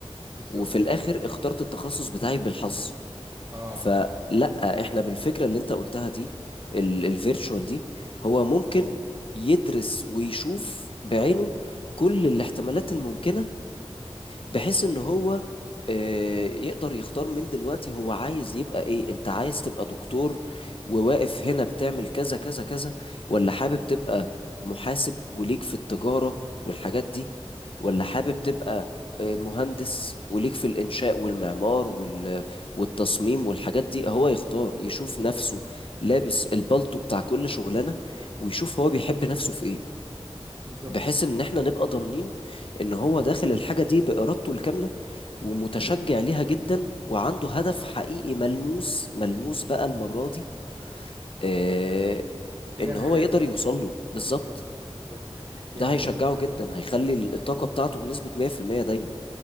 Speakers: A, on the right; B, on the left.
A: بالظبط
B: وفي الاخر اخترت التخصص بتاعي بالحظ
A: اه
B: فلا احنا بالفكرة اللي انت قلتها دي الفيرتشوال دي هو ممكن يدرس ويشوف بعينه كل الاحتمالات الممكنة بحيث ان هو آه، يقدر يختار من دلوقتي هو عايز يبقى ايه انت عايز تبقى دكتور وواقف هنا بتعمل كذا كذا كذا ولا حابب تبقى محاسب وليك في التجارة والحاجات دي ولا حابب تبقى آه، مهندس وليك في الإنشاء والمعمار وال- والتصميم والحاجات دي هو يختار يشوف
A: بالظبط
B: نفسه لابس البلطو بتاع كل شغلانة ويشوف هو بيحب نفسه في ايه
A: بالظبط
B: بحيث ان احنا نبقى ضامنين ان هو داخل الحاجة دي بإرادته الكاملة ومتشجع ليها جدا وعنده هدف حقيقي ملموس ملموس بقى المرة دي
A: مم.
B: آه
A: تجاه
B: ان
A: الحاجة
B: هو يقدر
A: دي
B: يوصل له بالظبط
A: بالظبط بالظبط يعني
B: ده هيشجعه
A: اه
B: جدا هيخلي الطاقة بتاعته بنسبة 100% دايما